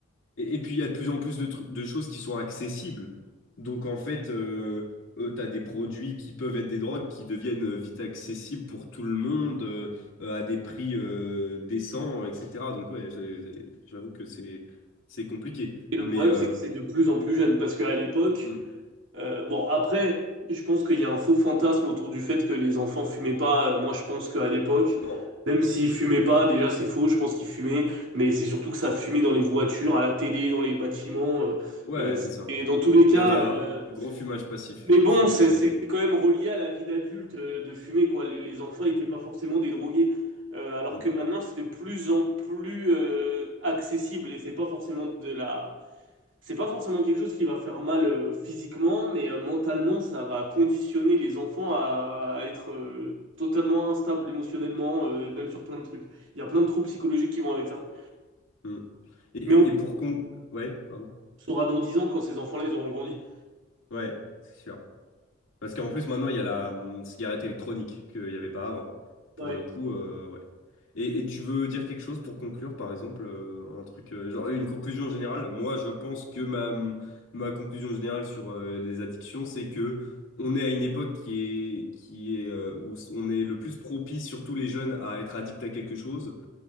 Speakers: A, on the left; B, on the right.
A: Et, et puis, il y a de plus en plus de, tru- de choses qui sont accessibles. Donc, en fait, euh, tu as des produits qui peuvent être des drogues qui deviennent euh, vite accessibles pour tout le monde euh, euh, à des prix euh, décents, etc. Donc, ouais, c'est- c'est- j'avoue que c'est c'est compliqué.
B: Et le
A: Mais
B: problème,
A: euh,
B: c'est que c'est de plus en plus jeune parce qu'à l'époque,
A: mm,
B: Euh, bon, après, je pense qu'il y a un faux fantasme autour du fait que les enfants fumaient pas. Euh, Moi, je pense qu'à l'époque,
A: non,
B: même
A: non.
B: s'ils fumaient pas, déjà c'est faux, je pense qu'ils fumaient, mais c'est surtout que ça fumait dans les voitures, à la télé, dans les bâtiments. euh,
A: Ouais,
B: euh, c'était
A: c'est ça.
B: dans tous les cas.
A: Il y avait un
B: euh,
A: gros fumage passif.
B: Mais bon,
A: Fume-
B: c'est
A: euh,
B: c'est quand même relié à la vie d'adulte euh, de fumer, quoi. Les, les enfants n'étaient pas forcément des drogués. Euh, alors
A: mm, mm,
B: que maintenant, c'est de plus en plus euh, accessible et c'est pas forcément de la c'est pas forcément quelque chose qui va faire mal euh, physiquement, mais euh, mentalement, ça va conditionner les enfants à, à être euh, totalement instables émotionnellement, euh, même sur plein de trucs. Il y a plein de troubles psychologiques qui vont avec ça.
A: mm. Et,
B: Mais on le
A: et pour con... Ouais, pardon.
B: saura dans 10 ans quand ces enfants-là, ils auront grandi.
A: Ouais, c'est sûr. Parce qu'en plus, maintenant, il y a la hum, cigarette électronique qu'il n'y avait pas avant. Pour
B: Ouais,
A: le coup, euh, ouais. Et, et tu veux dire quelque chose pour conclure, par exemple, euh, un truc, euh, genre une conclusion générale? Moi, je pense que ma, ma conclusion générale sur euh, les addictions, c'est que on est à une époque qui est, qui est, euh, où on est le plus propice, surtout les jeunes, à être addict à quelque chose.